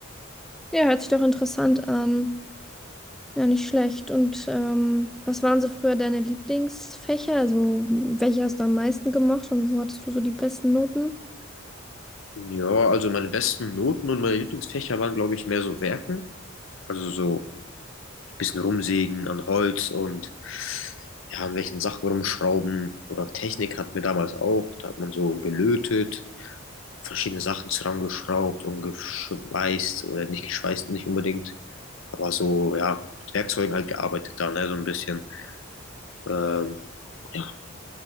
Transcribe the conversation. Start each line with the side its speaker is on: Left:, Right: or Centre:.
Centre: Ja, hört sich doch interessant an. Ja, nicht schlecht. Und ähm, was waren so früher deine Lieblingsfächer? Also, welche hast du am meisten gemacht und wo hattest du so die besten Noten?
Left: Ja, also meine besten Noten und meine Lieblingsfächer waren, glaube ich, mehr so Werken. Also so ein bisschen rumsägen an Holz und ja, an welchen Sachen rumschrauben. Oder Technik hatten wir damals auch. Da hat man so gelötet verschiedene Sachen zusammengeschraubt und geschweißt, oder nicht geschweißt, nicht unbedingt, aber so, ja, mit Werkzeugen halt gearbeitet da, ne, so ein bisschen. Ähm, ja,